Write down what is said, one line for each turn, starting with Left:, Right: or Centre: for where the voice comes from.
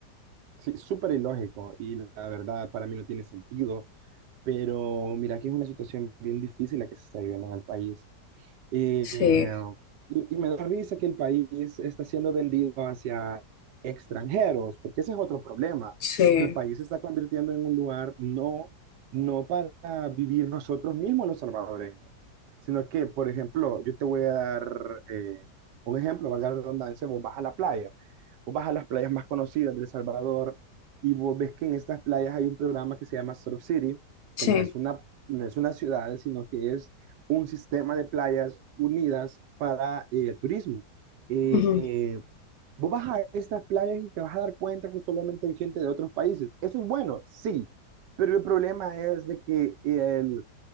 Right: Sí, súper ilógico y la verdad para mí no tiene sentido. Pero mira que es una situación bien difícil la que se está viviendo en el país. Eh,
Left: Sí,
Right: y, y me da risa que el país está siendo vendido hacia extranjeros, porque ese es otro problema,
Left: sí,
Right: que el país se está convirtiendo en un lugar no, no para vivir nosotros mismos los salvadoreños, sino que, por ejemplo, yo te voy a dar eh, un ejemplo, valga la redundancia, vos vas a la playa, vos vas a las playas más conocidas de El Salvador y vos ves que en estas playas hay un programa que se llama Surf City,
Left: sí.
Right: que no es una, no es una ciudad, sino que es un sistema de playas unidas para eh, el turismo. Eh,
Left: ujú,
Right: eh, vos vas a estas playas y te vas a dar cuenta que solamente hay gente de otros países. Eso es bueno, sí, pero el problema es de que el